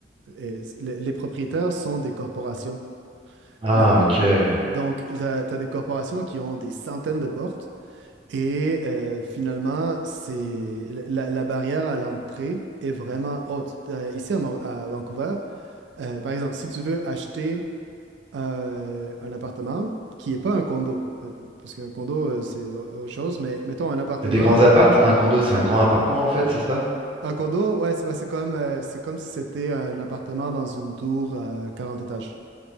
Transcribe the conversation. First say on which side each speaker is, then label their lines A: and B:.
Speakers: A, on the right; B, on the right.
A: euh, les, les propriétaires sont des corporations.
B: Ah,
A: Euh,
B: ok.
A: donc, tu as des corporations qui ont des centaines de portes. Et euh, finalement, c'est la, la barrière à l'entrée est vraiment haute. Euh, ici à, Mor- à Vancouver, euh, par exemple, si tu veux acheter euh, un appartement qui n'est pas un condo, euh, parce qu'un condo, euh, c'est au- autre chose, mais mettons un appartement.
B: C'est des grands appartes? Un condo, c'est un grand appartement en fait, c'est ça?
A: Un condo, ouais, c'est bah, c'est comme, euh, c'est comme si c'était un appartement dans une tour à 40 étages.